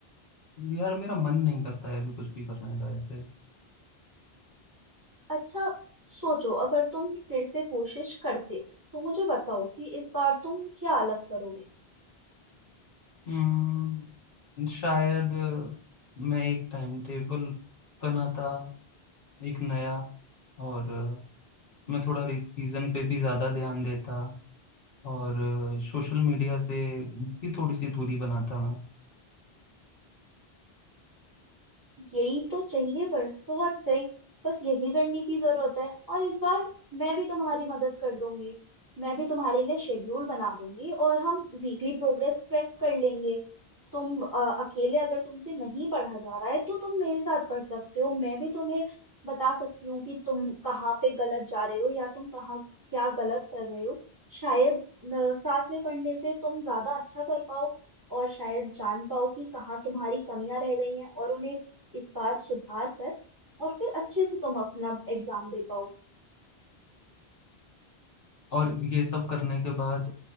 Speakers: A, on the left; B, on the right.
A: यार मेरा मन नहीं करता है अभी कुछ भी करने का ऐसे
B: अच्छा सोचो अगर तुम फिर से कोशिश करते हो तो मुझे बताओ कि इस बार तुम क्या अलग करोगे
A: हम्म शायद मैं एक टाइम टेबल बनाता एक नया और मैं थोड़ा रिवीजन पे भी ज़्यादा ध्यान देता और सोशल मीडिया से भी थोड़ी सी दूरी बनाता मैं
B: यही तो चाहिए बस बहुत सही बस यही करने की जरूरत है और इस बार मैं भी तुम्हारी मदद कर दूंगी मैं भी तुम्हारे लिए शेड्यूल बना दूंगी और हम वीकली प्रोग्रेस ट्रैक कर लेंगे तुम अ, अकेले अगर तुमसे नहीं पढ़ा जा रहा है तो तुम मेरे साथ पढ़ सकते हो मैं भी तुम्हें बता सकती हूँ कि तुम कहाँ पे गलत जा रहे हो या तुम कहाँ क्या गलत कर रहे हो शायद अ, साथ में पढ़ने से तुम ज्यादा अच्छा कर पाओ और शायद जान पाओ कि कहाँ तुम्हारी कमियां रह गई हैं और उन्हें इस बार सुधार कर और फिर अच्छे से तुम अपना एग्जाम दे पाओ
A: और ये सब करने के बाद